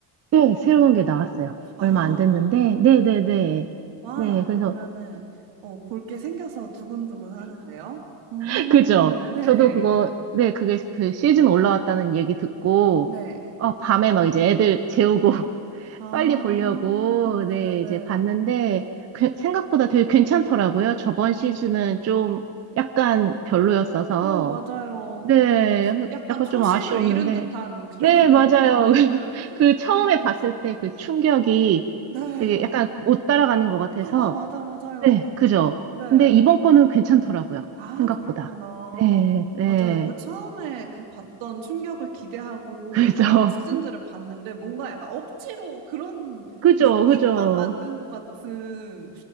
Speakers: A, on the right; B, on the right.
A: 네, 새로운 게 나왔어요.
B: 아,
A: 얼마 안 됐는데. 네네네.
B: 음.
A: 네, 네.
B: 와,
A: 네,
B: 그러면은,
A: 그래서
B: 어, 볼 게 생겨서 두근두근 하는데요? 오,
A: <laughs> 그죠?
B: 네.
A: 저도 그거 네, 그게 그 시즌 올라왔다는 얘기 듣고
B: 네.
A: 어, 밤에 막 이제 애들 재우고 <laughs>
B: 아,
A: 빨리 보려고
B: 네네네.
A: 네, 이제 봤는데 그- 생각보다 되게 괜찮더라고요. 저번
B: 음.
A: 시즌은 좀 약간 별로였어서
B: 오, 맞아요.
A: 네,
B: 그, 약간
A: 약간
B: 초심을
A: 좀 아쉬웠는데.
B: 잃은 듯한 그런,
A: 네, 맞아요.
B: <laughs>
A: <laughs> 그
B: 그런
A: 처음에
B: 느낌이
A: 봤을
B: 있었는데.
A: 때 그 충격이
B: 네.
A: 되게 약간 못 따라가는 것 같아서.
B: 어, 맞아, 맞아요.
A: 네, 그죠.
B: 네.
A: 근데 이번 거는 괜찮더라고요.
B: 아,
A: 생각보다.
B: 그랬구나.
A: 네, 네.
B: 맞아요. 그 처음에 그 봤던 충격을 기대하고
A: 그죠.
B: 다음 시즌들을
A: <laughs>
B: 봤는데 뭔가 약간 억지로 그런
A: 그죠,
B: 느낌만
A: 그죠.
B: 만든 것 같은